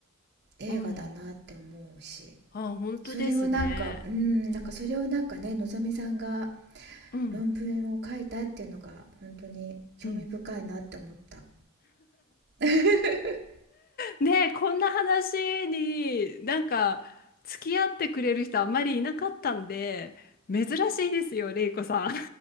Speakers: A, on the right (about 50°); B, on the left (about 40°).
A: 映画だなって思うし
B: うん、あ、本当ですね。
A: それをなんかうんなんかそれをなんかねのぞみさんが
B: うん、
A: 論文を書いたっていうのが本当に興味深いなって思った。
B: うん。
A: <laughs>
B: ねえ、こんな話になんか付き合ってくれる人あんまりいなかったんで、珍しいですよ、れいこさん。